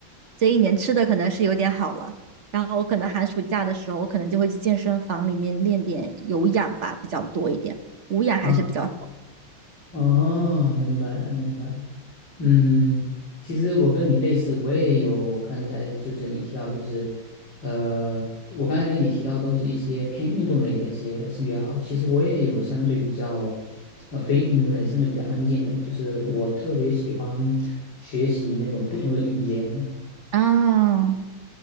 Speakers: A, on the right; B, on the left.
A: 这一年吃的可能是有点好了。然后我可能寒暑假的时候，我可能就会去健身房里面练点有氧吧，比较多一点。无氧还是比较少
B: 啊，哦，明白了，明白了。嗯，其实我跟你类似，我也有刚才就是你提到，就是呃，我刚才跟你提到都是一些偏运动类的一些兴趣爱好。其实我也有相对比较呃非运动类，相对比较安静的，就是我特别喜欢学习那种不同的语言。
A: 啊，